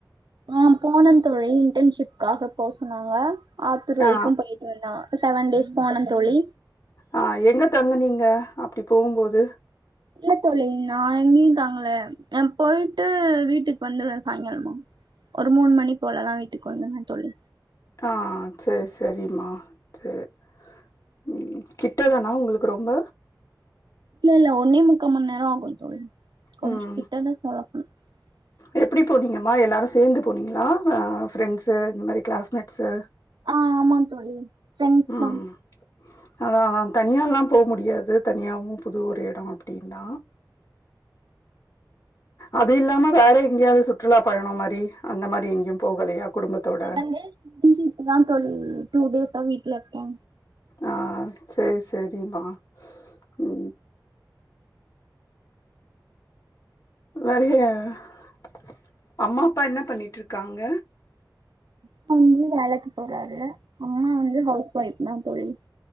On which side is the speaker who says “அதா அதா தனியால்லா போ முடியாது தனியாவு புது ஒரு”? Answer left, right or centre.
Left